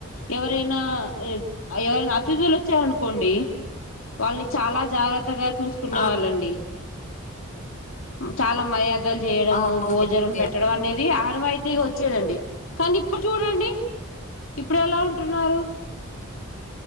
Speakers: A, on the left; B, on the left.
A: ఎవరైనా ఎవరైనా అతిథులు వచ్చారనుకోండి వాళ్ళని చాలా జాగ్రత్తగా చూసుకునే
B: ఆ!
A: వాళ్ళండి. చాలా మయ లేదు చేయడము
B: ఆ!
A: భోజనం
B: ఓకే. ఓకే.
A: పెట్ట పెట్టడం అనేది ఆరవయితే వచ్చేదండి కానీ ఇప్పుడు చూడండి. ఇప్పుడు ఎలా ఉం ఉన్నారు